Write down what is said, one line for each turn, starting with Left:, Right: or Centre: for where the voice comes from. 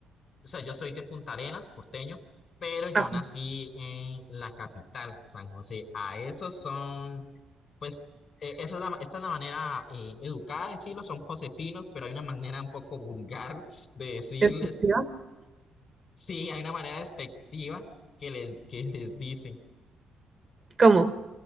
Left: o sea, yo soy de Punta Arenas, porteño, pero yo
Right: Ah,
Left: nací en la capital, San José. A esos son Pues eh, esa es la, esta es la manera eh, educada de decirlo, son josefinos, pero hay una manera un poco vulgar de decirles,
Right: ¿de esta ciudad?
Left: sí, hay una manera despectiva que les, que les dicen,
Right: ¿Cómo?